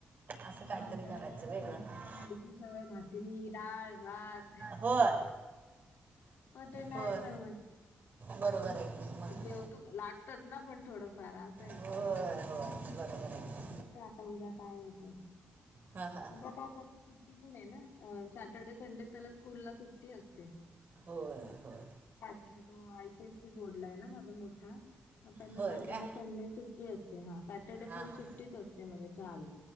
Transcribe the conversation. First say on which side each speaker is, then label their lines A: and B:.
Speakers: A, on the right; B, on the left.
A: असं काहीतरी
B: आपल्याला
A: करायचं
B: कस
A: वेगळं
B: आहे भरपूर खायची सवय भाकरी डाळ. भात
A: होय
B: मग ते नाही
A: होय
B: जमत.
A: बरोबर आहे की मग
B: जेवतू लागतच ना पण थोडंफार असं आहे.
A: होय होय बरोबर आहे.
B: हो आता उद्या काय होतं.
A: हा हा.
B: सुट्टी पण आहे ना सॅटर्डे संडे त्याला स्कूल ला सुट्टी असते.
A: होय होय.
B: तो आय सीआयसी बोर्डला आहे ना माझा मोठा. मग त्यांना
A: होय
B: सॅटर्डे
A: का
B: संडे सुट्टी असते. हा सॅटरडे
A: हां
B: फुल
A: हां
B: सुट्टीच असते म्हणजे चार.